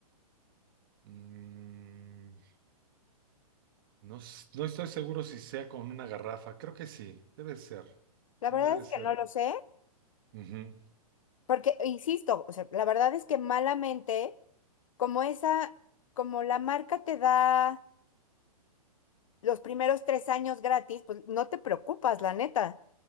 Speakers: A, on the right; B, on the left.
A: Mm, No, s- no estoy seguro si sea con una garrafa. Creo que sí, debe ser.
B: La
A: Sí,
B: verdad
A: debe
B: es
A: ser.
B: que no lo sé,
A: Ujú,
B: porque, insisto, o sea, la verdad es que malamente, como esa, como la marca te da los primeros tres años gratis, pues no te preocupas, la neta.